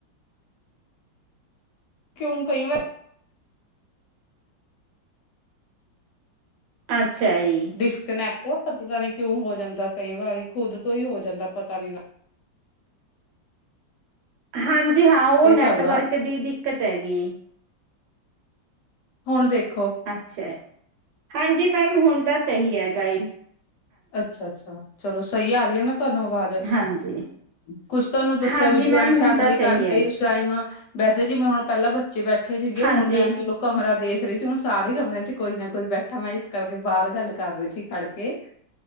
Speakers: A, on the left; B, on the right.
A: ਕਿਉਂ ਕਈ ਵਾਰ
B: ਅੱਛਾ ਜੀ।
A: ਡਿਸਕਨੈਕਟ ਪਤਾ ਕਿਉਂ ਹੋ ਜਾਂਦਾ ਕਈ ਵਾਰ, ਖੁਦ ਤੋਂ ਈ ਹੋ ਜਾਂਦਾ ਪਤਾ ਨੀ ਲੱ
B: ਹਾਂਜੀ-ਹਾਂ, ਉਹ ਨੈਟਵਰਕ
A: ਇਹ ਚੱਲਦਾ
B: ਦੀ ਦਿੱਕਤ ਹੈਗੀ।
A: ਹੁਣ ਦੇਖੋ
B: ਅੱਛਾ, ਹਾਂਜੀ ਮੈਮ ਹੁਣ ਤਾਂ ਸਹੀ ਹੈਗਾ ਈ।
A: ਅੱਛਾ-ਅੱਛਾ, ਚਲੋ ਸਹੀ ਆ ਰਹੀ ਆ ਨਾ ਤੁਹਾਨੂੰ ਅਵਾਜ਼?
B: ਹਾਂਜੀ।
A: ਕੁਛ ਤੁਹਾਨੂੰ ਦੱਸਿਆ
B: ਹਾਂਜੀ
A: ਵੀ ਜੁਆਇੰਟ
B: ਮੈਮ,
A: ਫੈਮਲੀ
B: ਹੁਣ ਤਾਂ ਸਹੀ
A: ਕਰਕੇ
B: ਹੈਗੀ।
A: ਇਸ ਟਾਈਮ ਵੈਸੇ ਜਿਵੇਂ ਹੁਣ ਪਹਿਲਾਂ ਬੱਚੇ ਬੈਠੇ ਸੀਗੇ,
B: ਹਾਂਜੀ,
A: ਹੁਣ ਮੈਂ ਚਲੋ ਕਮਰਾ ਦੇਖ ਰਹੀ ਸੀ, ਹੁਣ ਸਾਰੇ ਕਮਰਿਆਂ'ਚ ਕੋਈ ਨਾ ਕੋਈ ਬੈਠਾ ਮੈਂ ਇਸ ਕਰਕੇ ਬਾਹਰ ਗੱਲ ਕਰ ਰਹੀ ਸੀ ਖੜਕੇ।